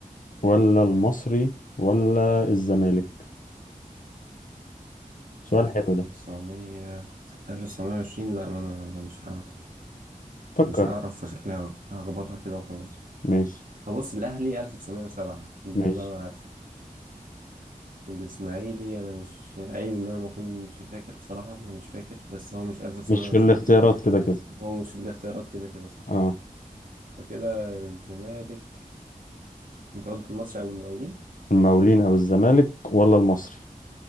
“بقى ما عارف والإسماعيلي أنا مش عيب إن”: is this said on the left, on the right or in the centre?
Right